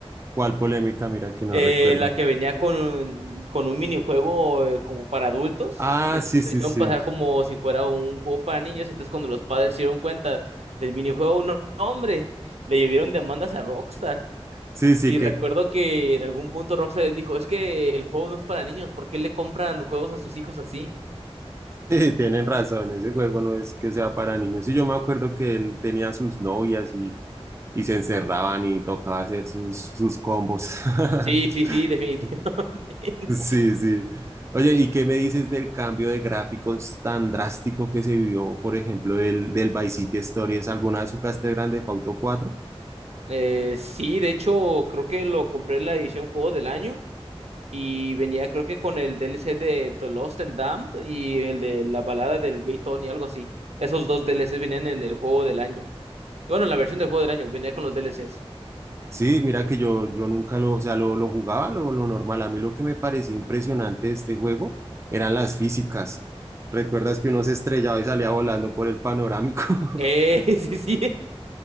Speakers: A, on the right; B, on the right.
A: ¿Cuál polémica? Mira que no
B: Eh,
A: recuerdo.
B: la que venía con, con un minijuego eh, como para adultos.
A: Ah,
B: Y entonces
A: sí, sí,
B: lo hicieron
A: sí.
B: pasar como si fuera un juego para niños. Y entonces cuando los padres se dieron cuenta del minijuego, no, no, hombre, le llevaron demandas a Rockstar.
A: Sí, sí,
B: Y
A: que
B: recuerdo que en algún punto Rockstar les dijo, es que el juego no es para niños, ¿por qué le compran juegos a sus hijos así?
A: <laughs> tienen razón. Ese juego no es que sea para niños. Y yo me acuerdo que él tenía sus novias y, y se encerraban y tocaba hacer sus, sus combos. <laughs> <laughs>
B: Sí, sí, sí, definitivamente. <laughs>
A: Sí, sí. Oye, ¿y qué me dices del cambio de gráficos tan drástico que se vio, por ejemplo, del, del Vice City Stories? ¿Alguna vez jugaste Grande Theft Auto 4?
B: Eh, sí, de hecho, creo que lo compré en la edición Juego del Año y venía creo que con el D L C de The Lost and Damned y el de la balada del Gay Tony, algo así. Esos dos D L C's venían en el Juego del Año. Bueno, en la versión del Juego del Año venía con los D DLCs.
A: Sí, mira que yo, yo nunca lo, o sea, lo, lo jugaba lo, lo normal. A mí lo que me parecía impresionante de este juego eran las físicas. ¿Recuerdas que uno se estrellaba y salía volando por el panorámico?
B: Eh, <laughs> sí, sí.